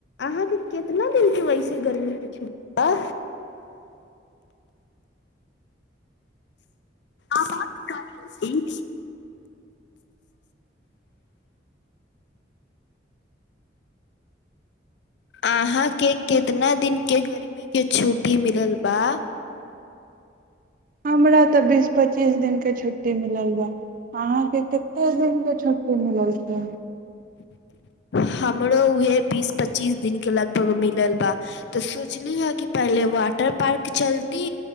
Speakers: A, on the left; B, on the right.
A: अहाँके कितना दिनके वैसे गर्मीके छुट्टी ये आबाद कालीन अहाँके कितना दिनके गर्मीके छुट्टी मिलल बा
B: हमरा तऽ बीस पच्चीस दिनके छुट्टी मिलल बा अहाँके कतेक दिनके छुट्टी मिलल छै
A: <unintelligible> हमरो उहे बीस पच्चीस दिनक के लगभग मिलल बा तऽ सोचली ह कि पहिले वाटर पार्क चलती